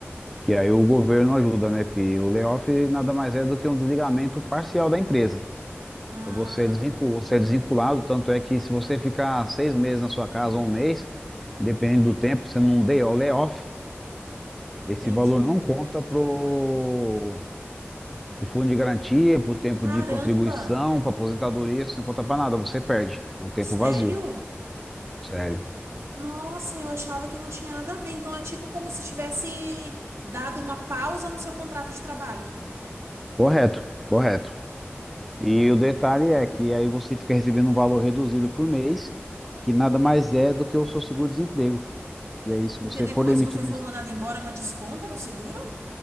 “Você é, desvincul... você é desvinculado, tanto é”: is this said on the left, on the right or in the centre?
Centre